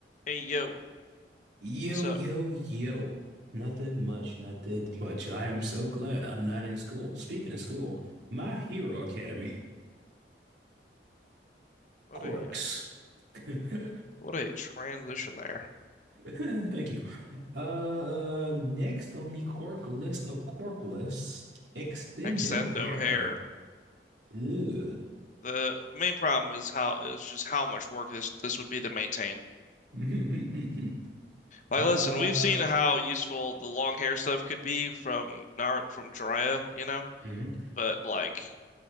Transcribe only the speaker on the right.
Yo,
yo, yo. Nothing much, nothing much. I am so glad I'm not in school. Speaking of school, My Hero Academy,
Quirks.
<laughs> Thank
you. Uh, next on the quirk list of quirk lists, Extendo
Hair.
Ew.
<laughs>
Uh,
mhm.